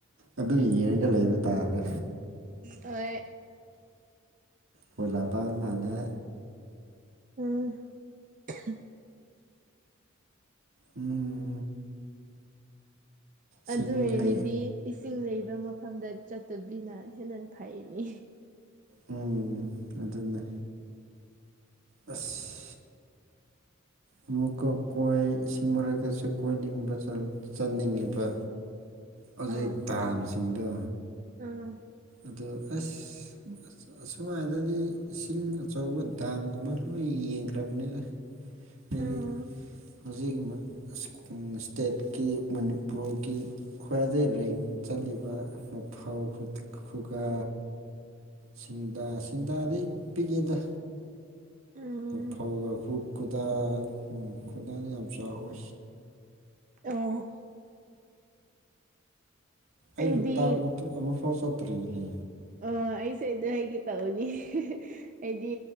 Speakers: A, on the right; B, on the right.
A: ꯑꯗꯨ ꯌꯦꯡꯉꯒ ꯂꯩꯕ ꯇꯥꯔꯦ
B: ꯑꯣꯏ
A: ꯐꯣꯟ ꯂꯥꯛꯄ ꯃꯥꯜꯂꯦ
B: ꯑꯝ
A: ꯎꯝ ꯁꯤꯡ
B: ꯑꯗꯨ ꯑꯣꯏꯔꯗꯤ
A: ꯍꯩ
B: ꯏꯁꯤꯡ ꯂꯩꯕ ꯃꯐꯝꯗ ꯆꯠꯇꯕꯤꯅ ꯍꯦꯟꯅ ꯐꯩꯅꯦ
A: ꯎꯝ ꯑꯗꯨꯅ ꯑꯁ ꯑꯃꯨꯛꯀ ꯀꯣꯏ ꯏꯁꯤꯡ ꯃꯔꯛꯇꯁꯨ ꯀꯣꯏꯅꯤꯡꯕ ꯆꯜ ꯆꯟꯅꯤꯡꯉꯦꯕ ꯍꯧꯖꯤꯛ
B: ꯑꯥ
A: ꯗꯥꯝꯁꯤꯡꯗꯣ
B: ꯑꯥ
A: ꯑꯗꯨ ꯑꯁ ꯑꯁ ꯁꯨꯃꯥꯏꯗꯗꯤ ꯏꯁꯤꯡ ꯑꯆꯧꯕ ꯗꯥꯝꯒꯨꯝꯕ ꯂꯣꯏ ꯌꯦꯡꯈ꯭ꯔꯕꯅꯤꯗ ꯑꯩ
B: ꯑꯥ
A: ꯍꯧꯖꯤꯛꯒꯤ ꯃꯨꯠ ꯑꯁ ꯁ꯭ꯇꯦꯠꯀꯤ ꯃꯅꯤꯄꯨꯔꯒꯤ ꯈ꯭ꯋꯥꯏꯗꯩ ꯔꯦꯡ ꯆꯠꯂꯤꯕ ꯃꯧꯐꯥ ꯈꯨꯒꯥ ꯁꯤꯡꯗꯥ ꯁꯤꯡꯗꯥꯗꯤ ꯄꯤꯛꯑꯦꯗ
B: ꯎꯝ
A: ꯃꯧꯐꯧꯒ ꯈꯨꯨ ꯈꯨꯗꯥꯡ ꯈꯨꯗꯥꯡ ꯌꯥꯝ ꯆꯥꯎꯋꯦ
B: ꯑꯣ
A: ꯑꯩ
B: ꯑꯩꯗꯤ
A: ꯂꯣꯇꯥꯛ ꯃꯇꯨꯡ ꯑꯃꯐꯥꯎ ꯆꯠꯇ꯭ꯔꯤꯅꯦ
B: ꯑꯣ ꯑꯩꯁꯦ ꯑꯩꯗ ꯍꯥꯏꯒꯦ ꯇꯧꯅꯤ ꯑꯩꯗꯤ